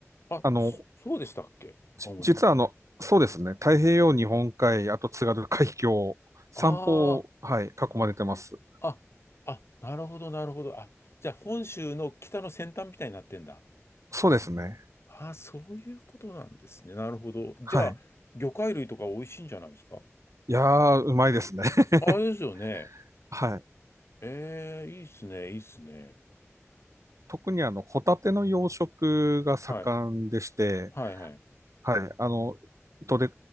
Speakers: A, on the left; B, on the right.
A: あ、
B: あの、
A: そ、そうでしたっけ青森。
B: 実はあの、そうですね。太平洋、日本海、あと津軽海峡、三方、
A: あ
B: はい、囲まれてます。
A: あ、あ、あ、なるほど、なるほど。あ、じゃあ本州の北の先端みたいになってんだ。
B: そうですね。
A: ああ、そういうことなんですね。なるほど。じゃあ、
B: はい。
A: 魚介類とか美味しいんじゃないですか
B: いやー、うまいですね。<laughs>
A: ああ、ですよね。
B: はい。
A: ええ、いいっすね、いいっすね。
B: 特にあの、ホタテの養殖が盛んでして、
A: はい、はい、はい、
B: はい、あの、どれ、